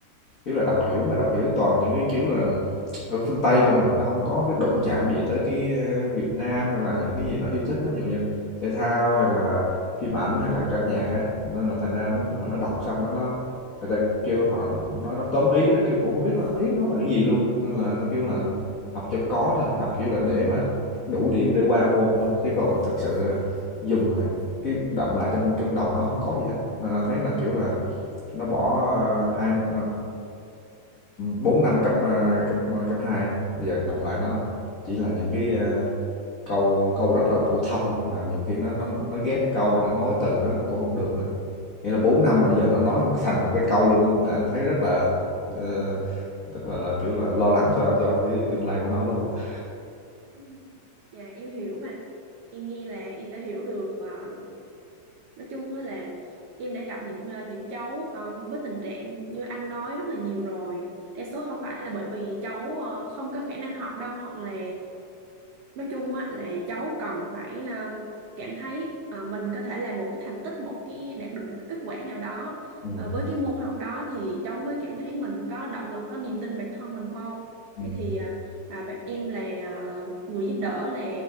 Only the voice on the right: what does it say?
Ừm. Dạ em hiểu mà. Em nghe là em đã hiểu được à, nói chung á là em đã gặp những ờ, những cháu ờ, với tình trạng như anh nói rất là nhiều rồi đa số không phải là bởi vì cháu ờ, không có khả năng học đâu hoặc là nói chung á là cháu cần phải ờ, cảm thấy ờ, mình có thể làm một cái thành tích một cái đạt được một cái kết quả nào đó
Ờ, với cái môn học đó thì cháu mới cảm thấy mình có động lực có niềm tin vào bản thân mình hơn
Vậy thì ờ, à, bạn em là ờ, người giúp đỡ là